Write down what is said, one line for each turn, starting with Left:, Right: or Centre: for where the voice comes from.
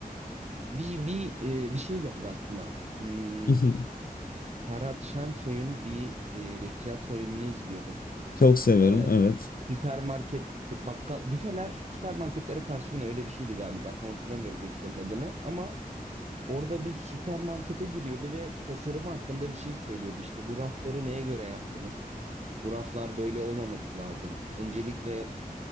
Right: Bir bir e, bir şey geldi aklıma. Hmm,
Left: <laughs>
Right: Ferhat Şensoy'un bir e, tiyatro oyununu izliyordum.
Left: Çok severim,
Right: E,
Left: evet.
Right: süpermarket şey, bakkal büfeler süpermarketlere karşı mı ne öyle bir şeydi galiba. Tam hatırlamıyorum gösterinin adını ama orada bir süpermarkete giriyordu ve tasarımı hakkında bir şey söylüyordu. İşte bu rafları neye göre yaptınız? bu raflar böyle olmaması lazım. Öncelikle